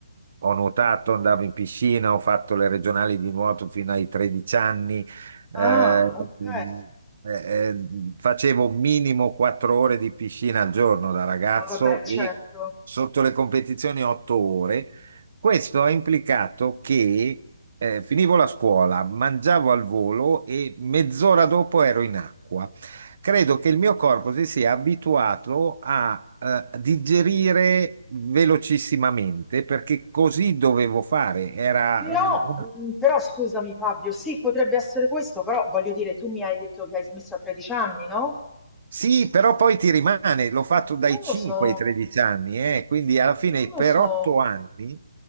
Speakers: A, on the right; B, in the centre.
A: ho nuotato, andavo in piscina, ho fatto le regionali di nuoto fino ai 13 anni,
B: Ah,
A: eh,
B: ok.
A: mm, eh, eh, facevo minimo 4 ore di piscina al giorno da ragazzo
B: Ah, vabbè, certo.
A: e sotto le competizioni 8 ore. Questo ha implicato che eh, finivo la scuola, mangiavo al volo e mezz'ora dopo ero in acqua. Credo che il mio corpo si sia abituato a eh, digerire velocissimamente perché così dovevo fare. Era
B: Però,
A: mm, una
B: mh, però scusami Fabio, sì, potrebbe essere questo, però voglio dire, tu mi hai detto che hai smesso a 13 anni, no?
A: Sì, però poi ti rimane, l'ho fatto dai
B: Non
A: 5
B: lo so,
A: ai 13 anni, eh, quindi alla fine
B: non
A: per
B: lo so,
A: 8 anni